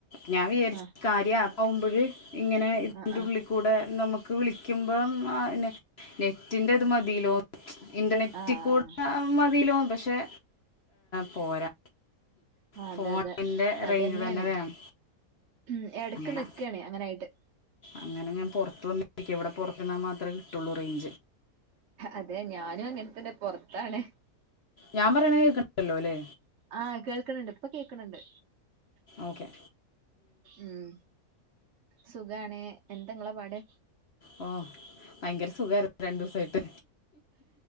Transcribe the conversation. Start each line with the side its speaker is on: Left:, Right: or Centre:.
Left: ഞാൻ വിചാരിച്ച്
Right: ആഹ്
Left: കാര്യ ആപ് ആവുംമ്പഴ് ഇങ്ങനെ ഇതിന്റെ
Right: ആഹ്
Left: ഉള്ളി കൂടെ നമുക്ക് വിളിക്കുമ്പോ നെ നെറ്റിന്റെത് മതിലോ. ഇന്റർനെറ്റിൽ
Right: ആഹ് ആഹ്
Left: കൂടെ മതിയിലോ, പക്ഷെ പോരാ.
Right: ആഹ്
Left: ഫോണിന്റെ
Right: അതെ അതെ
Left: റേഞ്ച്
Right: അതന്നെയാണ്
Left: തന്നെ വേണം
Right: ഉം ഇടക്ക്
Left: അങ്ങനെ
Right: നിക്കണേ അങ്ങനൊയിട്ട്.
Left: അങ്ങനെ ഞാൻ പുറത്ത് വന്നിരിക്കുക, ഇവിടെ പുറത്ത് നിന്നാൽ മത്രമേ കിട്ടുള്ളൂ റേഞ്ച്.
Right: അതെ ഞാനും അങ്ങനെ തന്നെ പുറത്താണ്
Left: ഞാൻ പറയണ കേക്കണ്ടല്ലോ അല്ലേ
Right: ആഹ് കേൾക്കണണ്ട് ഇപ്പൊ കേൾക്കണണ്ട്
Left: ഓക്കേ
Right: ഉം സുഖാണ് എന്താ നിങ്ങടെ പണി.
Left: ഓ ഭയങ്കര സുഖായിരുന്നു രണ്ടു ദിവസായിട്ട്.